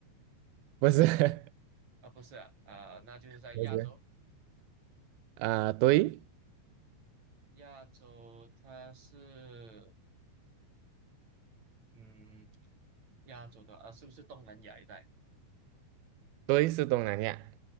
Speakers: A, on the right (about 85°); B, on the right (about 35°).
A: 不是，<laughs>
B: 啊？不是啊，啊，那就是在亚洲，
A: 不是，呃，对，
B: 亚洲它是，嗯，亚洲的啊，是不是东南亚一带？
A: 对是东南亚，